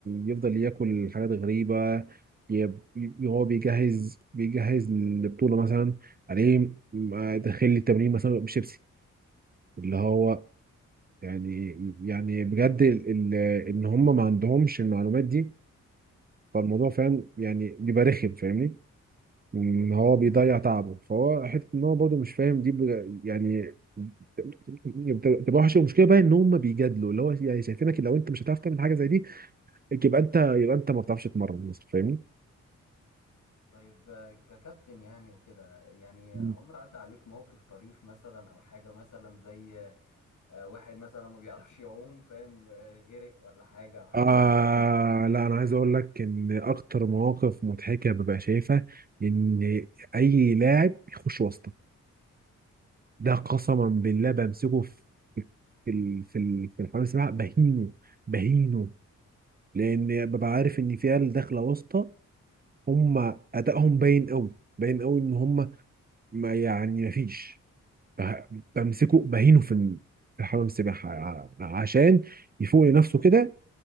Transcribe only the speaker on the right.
يفضل ياكل حاجات غريبة ي- ي- هو بيجهز بيجهز للبطولة مثلا عليه داخل التمرين مثلا بشيبسي اللي هو يعني يعني بجد ال ال ان هم ما عندهمش المعلومات دي فالموضوع فاهم يعني بيبقى رخم فاهمني ان
هو بيضيع تعبه فهو حته ان هو برضه مش فاهم دي بج- يعني بتبقى بتبقى وحشه المشكله بقى ان هم بيجادلوا اللي هو يعني شايفينك لو انت مش هتعرف تعمل حاجه زي دي يبقى انت يبقى انت ما بتعرفش تتمرن مثلا فاهمني
مم.
آه
لا انا عايز اقول لك ان اكتر مواقف مضحكه ببقى شايفها ان اي لاعب بيخش واسطه ده قسما بالله بمسكه في في ال- في ال- في الحمام السباحه بهينه بهينه لان ببقى عارف ان في عيال داخله واسطه هم ادائهم باين قوي باين قوي ان هم ما يعني ما فيش ب- بمسكه بهينه في ال- في حمام السباحه ع- عشان يفوق لنفسه كده